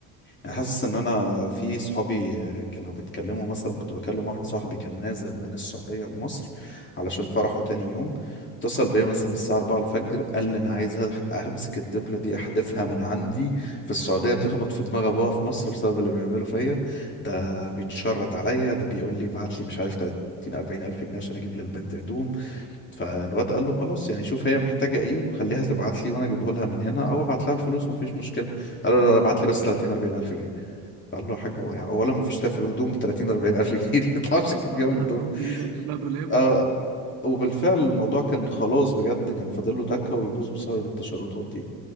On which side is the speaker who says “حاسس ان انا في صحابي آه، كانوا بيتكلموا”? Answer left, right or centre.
Left